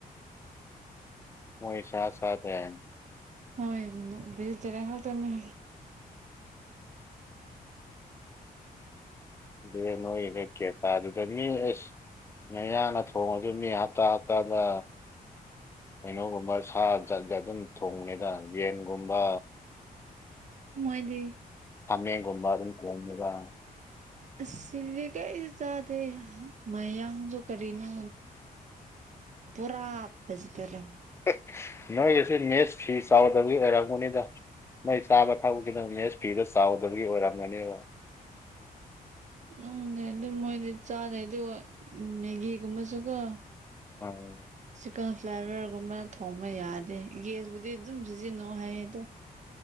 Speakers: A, on the left; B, on the right.
A: ꯃꯣꯏ ꯁꯥ ꯁꯥ ꯍꯥꯏ
B: ꯍꯣꯏ ꯇꯔꯉ ꯇꯝꯃꯦ
A: ꯑꯗꯨꯦ ꯅꯣꯣꯏ ꯂꯩ ꯀꯦꯦ ꯑꯗꯨꯗ ꯃꯤ ꯑꯦꯁ ꯃꯌꯥꯅ ꯊꯣꯡꯉꯁꯨ ꯃꯤ ꯍꯞꯇꯥ ꯍꯞꯇꯥꯗ ꯀꯩꯅꯣꯒꯨꯝꯕ ꯁꯥꯠ ꯑꯗꯨꯝ ꯊꯣꯡꯅꯤꯗ ꯌꯦꯟꯒꯨꯝꯕ
B: ꯃꯣꯏꯗꯤ
A: ꯍꯥꯃꯦꯡꯒꯨꯝꯕ ꯑꯗꯨꯝ ꯀꯣꯡꯉꯒ
B: ꯑꯁ ꯁꯤꯗꯗꯤ ꯀꯔꯤꯁꯨ ꯆꯥꯗꯦ ꯃꯌꯥꯡꯁꯨ ꯀꯔꯤꯅꯣ ꯄꯨꯔꯥ <unintelligible>
A: ꯑꯦꯍ ꯅꯣꯏꯒꯤꯁꯦ ꯃꯦꯁ ꯐꯤ ꯆꯥꯎꯗꯕꯒꯤ ꯑꯣꯏꯔꯝꯒꯅꯤꯗ ꯃꯩ ꯆꯥꯕ ꯊꯛ ꯈꯤꯗꯪꯅꯦꯁ ꯐꯤꯗ ꯆꯥꯎꯗꯒꯤ ꯑꯣꯏꯔꯝꯒꯅꯦꯕ
B: ꯎꯝ ꯑꯗꯨꯝ ꯃꯣꯏꯗꯤ ꯆꯥꯗꯩ ꯑꯗꯨ ꯃꯦꯒꯤꯒꯨꯝꯕꯁꯨꯀꯣ
A: <unintelligible>
B: ꯆꯤꯛꯀꯟ ꯐ꯭ꯂꯦꯚꯔꯒꯨꯝꯕ ꯊꯣꯡꯕ ꯌꯥꯗꯦ ꯒꯦꯁꯕꯨꯨꯗꯤ ꯑꯗꯨꯝ ꯁꯤꯖꯤꯟꯅꯧ ꯍꯥꯏꯌꯦ ꯑꯗꯣ